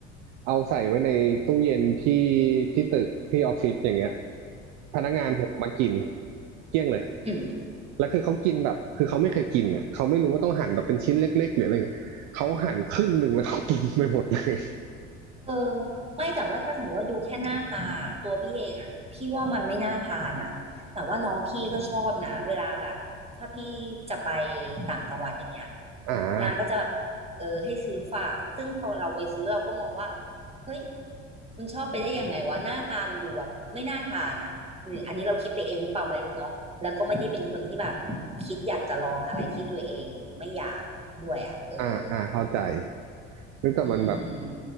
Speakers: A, on the right; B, on the right.
A: เอาใส่ไว้ในตู้เย็นที่ที่ตึกที่ออฟฟิศอย่างเงี้ยพนักงานผมมากินเกลี้ยงเลย
B: อืม
A: แล้วคือเขากินแบบคือเขาไม่เคยกินอ่ะเขาไม่รู้ว่าต้องหั่นแบบเป็นชิ้นเล็กๆหรืออะไรเงี้ยเขาหั่นครึ่งหนึ่งแล้วเขากินไปหมดเลย
B: เออไม่แต่ว่าถ้าสมมติว่าดูแค่หน้าตาตัวพี่เองอ่ะพี่ว่ามันไม่น่าทานอ่ะแต่ว่าน้องพี่ก็ชอบนะเวลาแบบถ้าพี่จะไปต่างจังหวัดอย่างเงี้ย
A: อ่า
B: นางก็จะแบบเออให้ซื้อฝากซึ่งพอเราไปซื้อเราก็มองว่าเฮ้ยมันชอบไปได้ยังไงวะหน้าตามันดูแบบไม่น่าทานอ่ะหรืออันนี้เราคิดไปเองหรือเปล่าไม่รู้เนาะแล้วก็ไม่ได้เป็นคนที่แบบคิดอยากจะลองอะไรที่ตัวเองไม่อยากด้วยอ่ะเออ
A: อ่าอ่าเข้าใจ เฮ้ยแต่มันแบบ
B: อืม